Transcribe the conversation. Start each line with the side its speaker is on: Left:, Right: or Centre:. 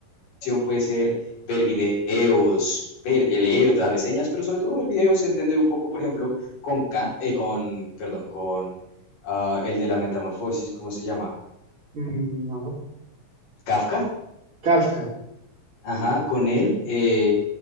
Left: puede ser ver videos, ver, eh, leer otras reseñas, pero sobre todo ver videos, entender un poco, por ejemplo, con, eh, con perdón, con ah, el de la metamorfosis, ¿cómo se llama?
Right: Mm, No,
Left: Kafka,
Right: Kafka.
Left: ajá, con él, eh,